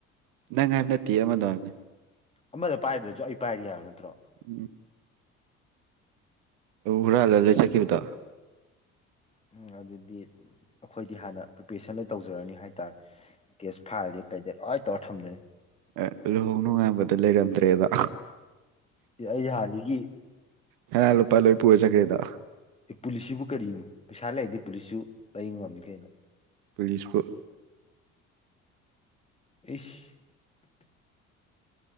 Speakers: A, on the right; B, on the left.
A: ꯅ ꯉꯥꯏꯅ ꯇꯤꯌꯥ ꯑꯃꯗꯅꯤ
B: ꯑꯃꯗ ꯄꯥꯏꯗ꯭ꯔꯁꯨ ꯑꯩ ꯄꯥꯏꯔꯤ ꯌꯥꯕ ꯅꯠꯇ꯭ꯔꯣ
A: ꯎꯝ ꯎꯔꯥ ꯂꯩ ꯂꯩ ꯆꯦ ꯀꯕꯨꯗ
B: ꯎꯝ ꯑꯗꯨꯗꯤ ꯑꯩꯈꯣꯏꯗꯤ ꯍꯥꯟꯅ ꯄ꯭ꯔꯤꯄꯦꯔꯦꯁꯟ ꯂꯣꯏ ꯇꯧꯖꯔꯅꯤ ꯍꯥꯏ ꯀꯦꯁ ꯐꯥꯏꯜꯗꯤ ꯀꯩꯗ ꯂꯣꯏ ꯇꯧꯔ ꯊꯝꯗꯣꯏꯅꯤ
A: ꯑꯦ ꯂꯨꯍꯣꯡ ꯅꯨꯡꯉꯥꯟꯕꯗ ꯂꯩꯔꯝꯗ꯭ꯔꯦꯗ
B: ꯑꯩ ꯍꯥꯟꯗꯒꯤ
A: ꯅꯍ ꯂꯨꯄꯥ ꯂꯣꯏ ꯄꯨꯔꯦ ꯆꯀ꯭ꯔꯦꯗ
B: ꯑꯦ ꯄꯨꯂꯤꯁꯁꯤꯕꯨ ꯀꯔꯤꯅꯣ ꯄꯩꯁꯥ ꯂꯩꯔꯗꯤ ꯄꯨꯂꯤꯁꯁꯨ ꯂꯩ ꯉꯝꯃꯤ ꯀꯩꯅꯣ
A: ꯐꯁꯕꯨ
B: ꯏꯐ